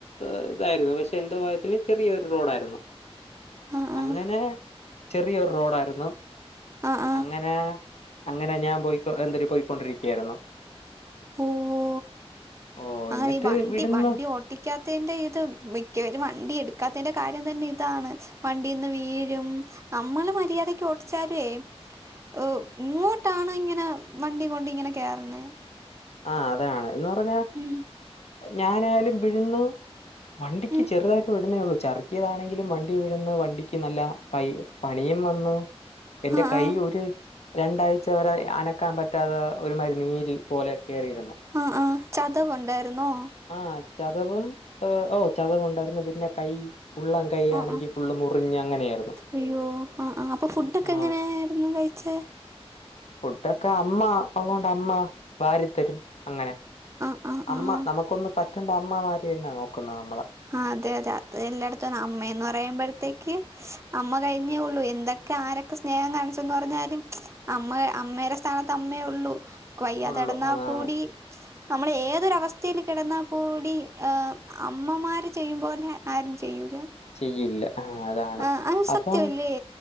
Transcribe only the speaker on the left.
ഏഹ് ഇതായിരുന്നു. പക്ഷെ എന്തോ ഭാഗ്യത്തിന് ചെറിയൊരു റോഡായിരുന്നു.
അങ്ങനെ ചെറിയൊരു റോഡായിരുന്നു.
അങ്ങനെ അങ്ങനെ ഞാൻ പോയിക്കൊ എന്തൊരു പോയിക്കൊണ്ടിരിക്കായിരുന്നു.
ഓഹ്
എന്നിട്ട്
വിടുന്നു
ആ അതാണ് എന്ന് പറഞ്ഞ
ഞാനായാലും വിഴുന്നു വണ്ടിക്ക്
ചെറുതായിട്ട് വീഴുന്നേ ഒള്ളൂ. ചെറുക്കിയതാണെങ്കിലും വണ്ടി വീഴുന്ന വണ്ടിക്ക് നല്ല പൈ പണിയും വന്നു എന്റെ
കൈ
ഒര് രണ്ടാഴ്ചവരെ അനക്കാൻ പറ്റാതെ ഒരുമാരി നീര് പോലെ കേറിയിരുന്നു
ആ ചതവും ഏഹ് ഔ ചതവുണ്ടായിരുന്നു പിന്നെ കൈ ഉള്ളൻ കയ്യാണെങ്കി
ഫുള്ളും മു മുറിഞ്ഞ് അങ്ങനെയായിരുന്നു.
ആ
ഫുഡൊക്കെ അമ്മ ഒള്ളോണ്ട് അമ്മ വാരി തരും അങ്ങനെ.
അമ്മ
നമുക്കൊന്ന് പറ്റുമ്പോ അമ്മമാര് തന്നെ നോക്കുന്നെ നമ്മളെ.
ഉള്ളു അതാണ്
ചെയ്യില്ല ആ അതാണ്
അപ്പം